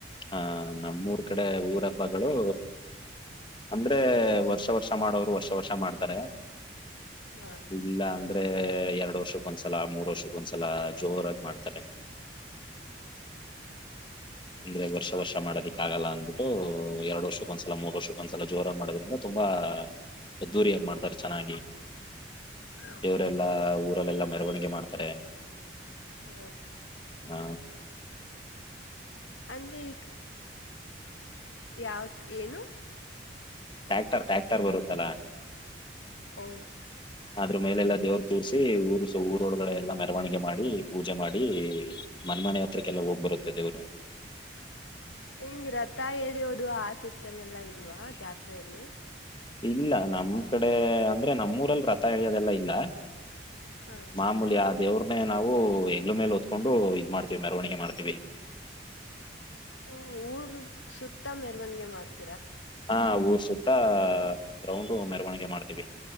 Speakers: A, on the left; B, on the left.
A: ಹಾ ನಮ್ಮೂರ್ ಕಡೆ ಊರ ಹಬ್ಬಗಳು ಅಂದ್ರೆ ವರ್ಷ ವರ್ಷ ಮಾಡೋರು ವರ್ಷ ವರ್ಷ ಮಾಡ್ತಾರೆ
B: ಹಾ
A: ಇಲ್ಲ ಅ ಅಂದ್ರೆ ಎರಡ್ ವರ್ಷಕ್ಕ ಒಂದ್ಸಲ ಮೂರ್ ವರ್ಷಕ್ಕ ಒಂದ್ಸಲ ಜೋರಾಗಿ ಮಾಡ್ತಾರೆ ಅಂದ್ರೆ ವರ್ಷ ವರ್ಷ ಮಾಡೋದಕ್ಕ ಆಗಲ್ಲ ಅಂತ ಬ್ಬಿಟ್ಟು ಎರಡು ವರ್ಷಕ್ಕೊಂದ್ಸಲ ಮೂರ್ಷೊಂದಸಲ ಜೋರ ಮಾಡದ್ರಿಂದ ತುಂಬಾ ಅದ್ದೂರಿಯಾಗಿ ಮಾಡ್ತಾರೆ ಚೆನ್ನಾಗಿ
B: ಹ
A: ದೇವರೆಲ್ಲಾ
B: ಹ
A: ಊರಲ್ಲೆಲ್ಲ ಮೆರವಣಿಗೆ ಮಾಡ್ತಾರೆ
B: ಹ್ಮ
A: ಹ್ಮ
B: ಅಂದ್ರೆ ಈ ಯಾವತ್ ಏನು
A: ಟ್ಯಾಕ್ಟರ್ ಟ್ಯಾಕ್ಟರ್ ಬರುತ್ತಲಾ
B: ಓ
A: ಅದ್ರ ಮೇಲೆಲ್ಲಾ ದೇವ್ರ ಕೂರ್ಸಿ ಊರು ಸ ಊರೊಳಗಡೆ ಎಲ್ಲಾ ಮೆರವಣಿಗೆ ಮಾಡಿ ಪೂಜೆ ಮಾಡಿ ಮನ್ ಮನೆ ಹತ್ರಕ್ಕೆಲ್ಲ ಹೋಗ್ ಬರುತ್ತೆ ದೇವ್ರು
B: ಹಿಂಗ್ ರಥ ಹೇಳಿಯೋದು ಆ ಸಿಸ್ಟಮ್ ಎಲ್ಲಾ ಇಲ್ವಾ ಜಾತ್ರೆಯಲ್ಲಿ
A: ಇಲ್ಲ ನಮ್ ಕಡೆ ಅಂದ್ರೆ ನಮ್ಮೂರಲ್ಲಿ ರಥ ಎಳಿಯೋದೆಲ್ಲ ಇಲ್ಲ
B: ಹಾ
A: ಮಾಮೂಲಿ ದೇವರು ಮೆ ನಾವು ಹೆಗ್ಲ ಮೇಲೆ ಹೊತ್ಕೊಂಡು ಇದ್ ಮಾಡ್ತೀವಿ ಮೆರವಣಿಗೆ ಮಾಡ್ತೀವಿ
B: ಹ ಊರ್ ಸುತ್ತ ಮೆರವಣಿಗೆ ಮಾತ್ರ
A: ಹಾ ಊರ್ಷ ಆತ್ತ ಒಂದ್ ರೌಂಡ್ ಮೆರವಣಿಗೆ ಮಾಡ್ತೀವಿ